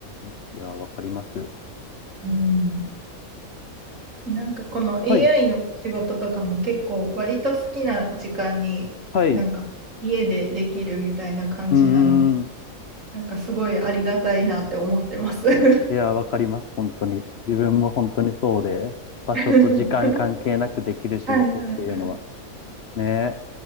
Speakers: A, on the left (about 55°); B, on the right (about 65°).
A: ーん。いや、わかります。
B: うんなんかこの AI
A: はい。
B: の仕事とかも結構割と好きな時間になんか家でできるみたいな感じなので、
A: はい。うーん。
B: なんかすごいありがたいなって思ってます。<laughs> は
A: いや、わかります。本当に。自分も本当にそうで、場所と時間関係なくできる仕事っていうのは、
B: いはいはい。
A: ね、